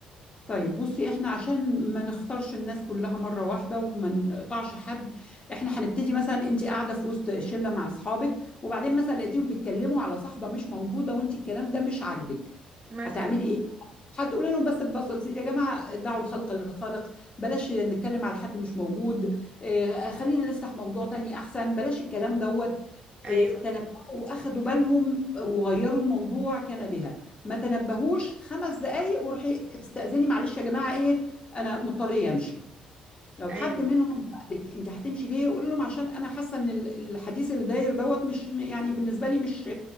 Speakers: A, on the left; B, on the right.
A: طيب بصي احنا عشان ما نخسرش الناس كلها مرة واحدة وما نقطعش حد احنا هنبتدي مثلا انت قاعدة في وسط شلة مع اصحابك وبعدين مثلا لقيتيهم بيتكلموا على صاحبة مش موجودة وانت الكلام ده مش عاجبك
B: مثلا
A: هتعملي ايه؟ هتقولي لهم بس ببساطة يا جماعة دعوا الخلق للخالق بلاش نتكلم على حد مش موجود اه خلينا نفتح موضوع تاني احسن بلاش الكلام دوت
B: ايوه
A: اه تنبهوا واخدوا بالهم وغيروا الموضوع كان بها ما تنبهوش خمس دقايق وروحي استأذني معلش يا جماعة ايه انا مضطرة امشي لو
B: ايوه
A: حد منهم قال لك انت هتمشي ليه قول لهم عشان انا حاسه ان ال- الحديث اللي داير دوت مش يعني بالنسبه لي مش